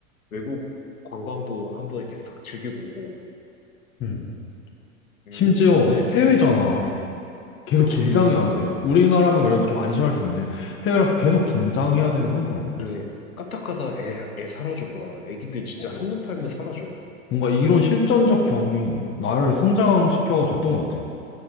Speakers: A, on the left; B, on the left.
A: 외국 관광도 한번 이렇게 싹 즐기고 오고
B: 응.
A: 음
B: 심지어
A: 좋네 되게
B: 해외잖아.
A: 좋네.
B: 계속
A: 그치.
B: 긴장해야 돼. 우리나라면 그래도 좀 안심할 수 있는데 해외라서 계속 긴장해야 되는 상태거든.
A: 그래, 까딱하다 애, 애 사라져봐. 애기들 진짜
B: 어,
A: 한눈 팔면 사라져.
B: 뭔가 이런 실전적 경험이 나를 성장시켜 줬던 것 같아.